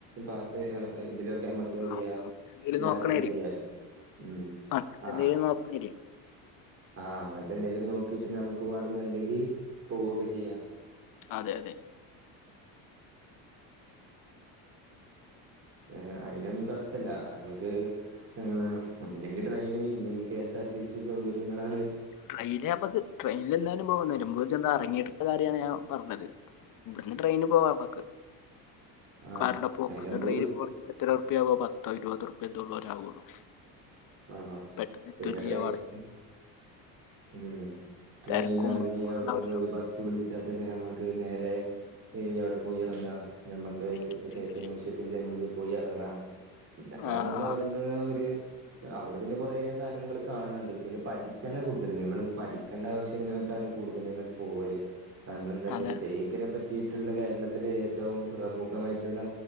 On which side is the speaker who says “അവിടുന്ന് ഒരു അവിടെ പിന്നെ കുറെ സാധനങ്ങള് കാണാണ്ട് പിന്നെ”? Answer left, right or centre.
Right